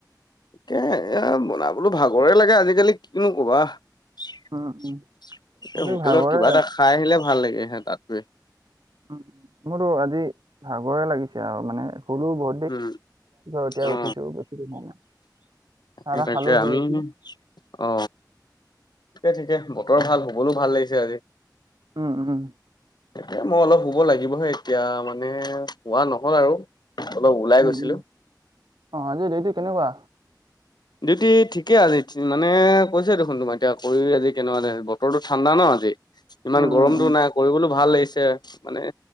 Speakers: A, on the left; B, on the right.
A: এ, এ, বনাবলৈ ভাগৰে লাগে আজিকালি। কিনো ক'বা! এ,
B: উম উম কিন্তু
A: হোটেলত
B: ভাগৰে
A: কিবা এটা খাই আহিলে। ভাল লাগে হে, তাত গৈ।
B: উ, মোৰতো আজি ভাগৰে লাগিছে, আৰু মানে। শুলো <unintelligible>
A: উম
B: এতিয়া
A: অ
B: উঠিছো বেছি <unintelligible> হোৱা নাই।
A: তাকে,
B: চাহ তাহ
A: তাকে
B: খালো শুই
A: আমি
B: উঠি।
A: অ, ঠিকে, ঠিকে ব বতৰ ভাল, শুবলৈ ভাল লাগিছে আজি।
B: উম, উম।
A: এই, মই অলপ শুব লাগিবহে এতিয়া। মানে, শোৱা নহ'ল আৰু। অলপ ওলাই
B: উম,
A: গৈছিলোঁ।
B: উম, অ, আজি দেউটি কেনেকুৱা?
A: ডিউটি ঠিকে আজি। মানে, কৈছোৱে দেখোন তোমাৰ, এতিয়া কৰি আজি কেনেকুৱা লাগিল বতৰটো ঠাণ্ডা ন আজি। ইমান
B: উম,
A: গৰমটো
B: উম,
A: নাই, কৰিবলৈও ভাল লাগিছে। মানে,